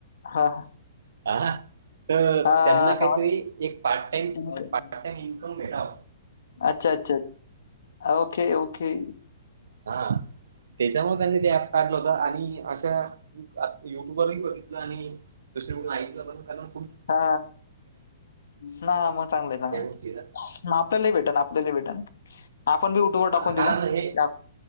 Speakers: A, on the left; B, on the right.
A: हा हा.
B: हा ना तर
A: हा,
B: त्यांना काहीतरी
A: समज
B: एक पार्ट टाइम,
A: तुम्ही-
B: पार्ट टाइम इन्कम मिळावा
A: अच्छा अच्छा, ओके, ओके.
B: हा. तेच्यामुळे त्यांनी ते ऍप काढलं होत आणि अशा युट्यूबवरही बघितलं आणि दुसरीकडून ऐकलं पण, कारन
A: हा ना, हा मग चांगलंय, चांगलय.
B: या गोष्टीला
A: हा आपल्याला ई भेटन, आपल्याला ई भेटन. आपण बी उठून टाकून
B: हा
A: दिवु
B: कारण
A: का?
B: हे